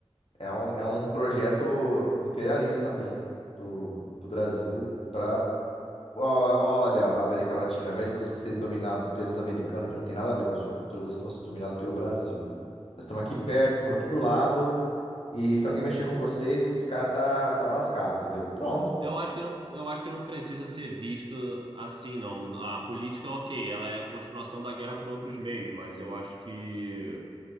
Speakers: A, on the left; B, on the right.
A: é, um, é um projeto imperialista também do, do Brasil para... Olha, América Latina, ao invés de vocês serem dominados pelos americanos, que não tem nada a ver com a sua cultura, vocês vão ser dominados pelo Brasil. Nós estamos aqui perto, estamos aqui do lado, e se alguém mexer com vocês, esses caras tá, tá lascado, entendeu? Pronto,
B: Eu acho que não, eu acho que não precisa ser visto assim, não. A política, ok, ela é a continuação da guerra por outros meios, mas eu acho que